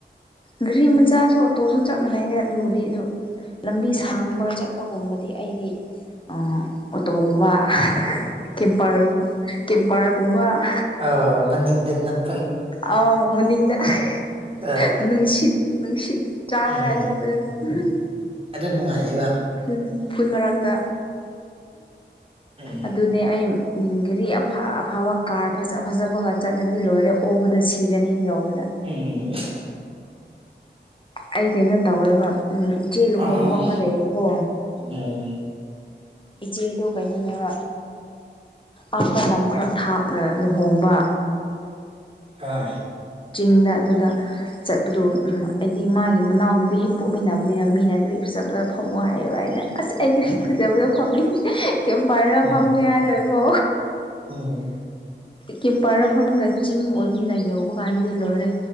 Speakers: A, on the left; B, on the right.
A: ꯒꯔꯤ ꯃꯆꯥꯁꯨ ꯑꯣꯇꯣꯁꯨ ꯆꯞ ꯃꯥꯟꯅꯩꯗ ꯑꯗꯨꯕꯨꯗꯤ ꯑꯗꯨ ꯂꯝꯕꯤ ꯁꯥꯡꯕ ꯆꯠꯄꯒꯨꯝꯕꯗꯤ ꯑꯩꯗꯤ ꯑꯥ ꯑꯣꯇꯣꯕꯒꯨꯝꯕ ꯍꯤꯍꯤ ꯀꯦꯝꯄꯔꯒꯤ ꯀꯦꯝꯄꯔꯒꯨꯝꯕ ꯍꯥꯍꯥ
B: ꯑꯥ ꯃꯅꯤꯡꯗꯅ ꯅꯞ
A: ꯑꯥꯎ ꯃꯅꯤꯡꯗ ꯍꯤꯍꯤ
B: ꯑꯥ
A: ꯅꯨꯡꯁꯤꯠ ꯅꯨꯡꯁꯤꯠ ꯆꯥꯔ
B: ꯎꯝ
A: ꯆꯠꯄꯗꯣ ꯑꯍꯝ
B: ꯑꯗꯨ ꯅꯨꯡꯉꯥꯏꯌꯦꯕ
A: ꯐꯨꯟ ꯐꯨꯟ ꯃꯔꯛꯇ
B: ꯎꯝ
A: ꯑꯗꯨ ꯅꯦ ꯑꯩ ꯎꯝ ꯒꯥꯔꯤ ꯑꯐꯥ ꯑꯐꯥꯕ ꯀꯥꯔ ꯐꯖ ꯐꯖꯕꯒ ꯆꯠꯂꯗꯤ ꯂꯣꯏꯔꯦ ꯑꯣꯕꯗ ꯁꯤꯔꯅꯤ ꯌꯧꯕꯗ
B: ꯎꯝ <unintelligible>
A: ꯑꯩ ꯀꯩꯅꯣ ꯇꯧꯋꯦꯕ ꯎꯝ ꯏꯆꯦ ꯂꯨꯍꯣꯡꯕ
B: ꯑꯥ
A: ꯑꯃ ꯂꯩꯌꯦꯕꯀꯣ
B: ꯎꯝ
A: ꯏꯆꯦꯗꯣ ꯀꯩꯅꯣꯅꯦꯕ ꯑꯥꯗ ꯂꯝ ꯈꯔ ꯊꯥꯞꯅ ꯂꯨꯍꯣꯡꯕ
B: ꯒꯥꯏ
A: ꯆꯤꯡꯗ ꯑꯗꯨꯗ ꯆꯠꯄꯗꯨ ꯎꯝ ꯑꯩꯗꯤ ꯃꯥꯒꯤ ꯃꯅꯥꯎ ꯅꯨꯨꯄꯤ ꯍꯦꯛ ꯄꯣꯛꯃꯤꯟꯅꯕꯅꯤꯅ ꯃꯤꯅ ꯒꯥꯔꯤ ꯐꯖꯕꯗ ꯐꯝꯃꯣ ꯍꯥꯏꯌꯦꯕ ꯑꯩꯅ ꯑꯁ ꯑꯩꯗꯤ ꯐꯖꯕꯗ ꯐꯝꯅꯤ ꯀꯦꯝꯄꯔꯗ
B: ꯎꯝ
A: ꯐꯝꯒꯦ ꯍꯥꯏꯔꯀꯣ
B: ꯎꯝ
A: ꯀꯦꯝꯄꯔꯗ ꯐꯝꯔꯒ ꯆꯤꯡ ꯑꯣꯏꯕꯅꯤꯅ ꯌꯧꯕ ꯀꯥꯟꯗꯗꯤ ꯂꯣꯏꯔꯦ